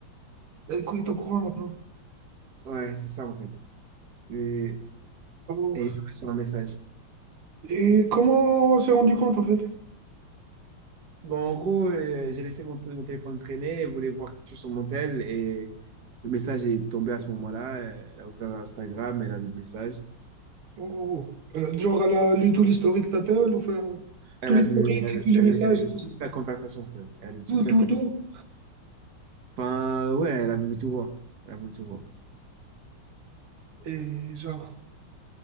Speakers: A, on the right; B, on the right.
A: elle est au courant maintenant.
B: ouais, c'est ça, en fait. C'est-
A: Oh.
B: Elle est tombée sur un message.
A: Et comment on s'est rendu compte en fait?
B: Bon, en gros, euh, j'ai laissé mon, t- mon téléphone traîner, elle voulait voir quelque chose sur mon tel, et le message est tombé à ce moment-là. Elle a ouvert Instagram, elle a vu le message.
A: Oh. oh, oh. Euh, Genre, elle a lu tout l'historique d'appel, ou enfin,
B: Elle
A: tout
B: a
A: l'historique,
B: vu, elle a, vu
A: tous les
B: elle-
A: messages
B: elle a vu
A: et tout ça.
B: toute la conversation, frère. Elle a vu toute
A: Tout,
B: la
A: tout,
B: conversation.
A: tout.
B: Enfin, ouais, elle a voulu tout voir. Elle a voulu tout voir.
A: Et genre,